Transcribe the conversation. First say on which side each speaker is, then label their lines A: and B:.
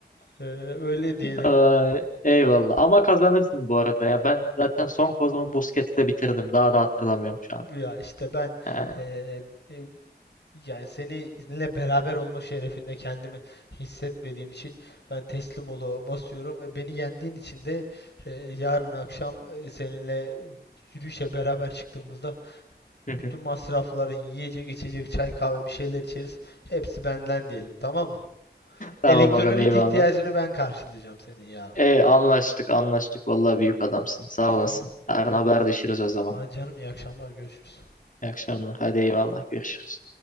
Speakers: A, on the left; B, on the left.
A: Ee, öyle diyelim.
B: Ay, eyvallah. Ama kazanırsın bu arada ya. Ben zaten son kozumu Busquets'te bitirdim. Daha da hatırlamıyorum şu an.
A: Ya işte ben
B: Yani.
A: e, e, Yani seninle beraber olma şerefinde kendimi hissetmediğim için ben teslim olu basıyorum. E, Beni yendiğin için de e, yarın akşam e, seninle yürüyüşe beraber çıktığımızda
B: <laughs>
A: bütün masrafların yiyecek, içecek, çay, kahve bir şeyler içeriz. Hepsi benden diyelim, tamam mı?
B: Tamam
A: Elektrolit
B: bakalım eyvallah.
A: ihtiyacını ben karşılayacağım senin yarın.
B: Ey anlaştık anlaştık. Vallahi büyük adamsın. Sağ olasın.
A: Tamam.
B: Yarın
A: Hadi,
B: haberleşiriz o zaman.
A: hadi canım iyi akşamlar görüşürüz.
B: İyi akşamlar. Hadi eyvallah. Görüşürüz.